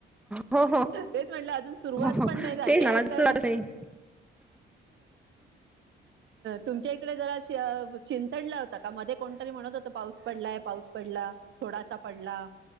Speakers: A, in the centre; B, on the right (about 70°).
A: हो हो
B: तेच म्हट सुरुवात
A: हो हो
B: पण नाही झाली
A: ते
B: आहे
A: ना माझं
B: तर
A: सुधारत नाही
B: तुमच्या इकडे जरा शि शिंतडला होता का मध्ये कोणतरी म्हणत होत पाऊस पडलाय पाऊस पडला थोडासा पडला.